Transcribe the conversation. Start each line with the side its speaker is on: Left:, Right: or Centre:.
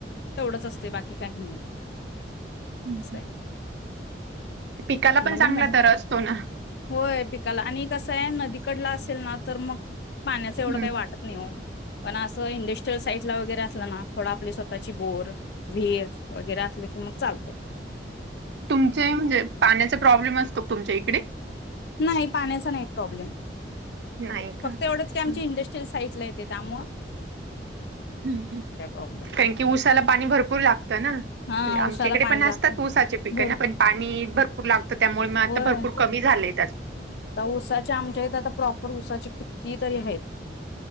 Left: तेवढंच असते बाकी काही
Right: हम्म.
Left: सतय,
Right: पिकाला पण
Left: मग
Right: चांगला
Left: न
Right: दर असतो ना.
Left: होय पिकाला आणि कसं आहे नदीकडला असेल ना तर मग पाण्याचा
Right: हम्म.
Left: एवढं काय वाटत नाही हो. पण असं इंडस्ट्रीयल साईटला वगैरे असलं ना थोडं आपली स्वतःची बोर, विहीर वगैरे असलं की मग चालतय.
Right: तुमचे म्हणजे पाण्याचा प्रॉब्लेम असतो तुमच्या इकडे?
Left: नाही पाण्याचा नाही प्रॉब्लेम.
Right: नाही का?
Left: फक्त
Right: हम्म
Left: एवढंच की आमच्या इंडस्ट्रीियल साईट ला येते त्यामुळे
Right: हम्म हम्म
Left: प्रॉब्लेम नाही.
Right: कारण की, ऊसाला पाणी भरपूर लागतं ना म्हणजे,
Left: हा
Right: आमच्या
Left: ऊसाला
Right: इकडे
Left: पाणी लागतं
Right: असतात ऊसाचे पिकं
Left: भर
Right: ना पण पाणी भरपूर लागतं, त्यामुळे मग आता
Left: होय
Right: भरपूर कमी झालेय.
Left: आता उसाच्या आमच्या इथं, आता प्रॉपर उसाची किती तरी आहेत.